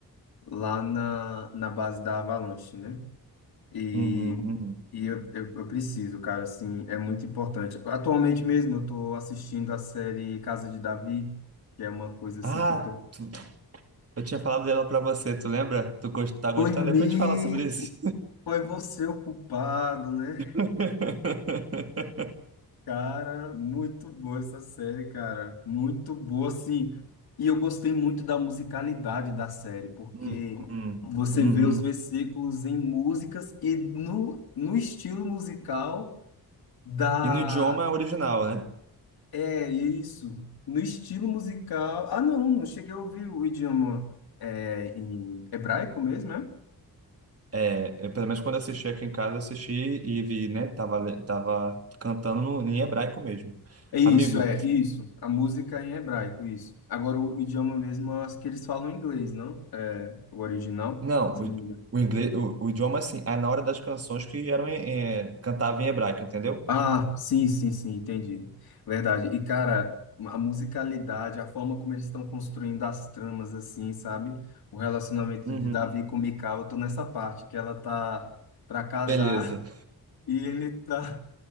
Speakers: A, on the left (about 75°); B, on the right (about 40°).
A: lá na, na base da Avalanche, né? E,
B: uhum, uhum.
A: e eu, eu, eu preciso, cara, assim, é muito importante. Atualmente mesmo eu tô assistindo a série Casa de Davi, que é uma coisa assim
B: Ah,
A: que eu tô...
B: tu- eu tinha falado dela para você, tu lembra? Tu gost- tá gostando?
A: Foi mesmo,
B: Depois a gente fala sobre isso.
A: foi você o culpado, né?
B: <laughs>
A: Cara, muito boa essa série, cara. Muito boa, assim. E eu gostei muito da musicalidade da série, porque
B: Uhum,
A: você
B: uhum.
A: vê os versículos em músicas e no, no estilo musical da
B: E no idioma original, né?
A: É isso. No estilo musical. Ah, não, não cheguei a ouvir o idioma é, em hebraico mesmo, né?
B: É, eu, pelo menos quando assisti aqui em casa, assisti e vi, né? Tava, le- tava cantando no- em hebraico mesmo.
A: É isso,
B: Amigo,
A: é isso. A música em hebraico, isso. Agora o idioma mesmo, eu acho que eles falam inglês, não? É o original.
B: não,
A: se não
B: o,
A: me engano.
B: o inglês, o, o idioma assim, é na hora das canções que eram em, em- cantava em hebraico, entendeu?
A: Ah, sim, sim, sim, entendi. Verdade. E, cara, a musicalidade, a forma como eles estão construindo as tramas, assim, sabe? O relacionamento
B: Uhum.
A: de Davi com Mical, eu tô nessa parte que ela tá pra casar
B: Beleza.
A: <laughs> e ele tá.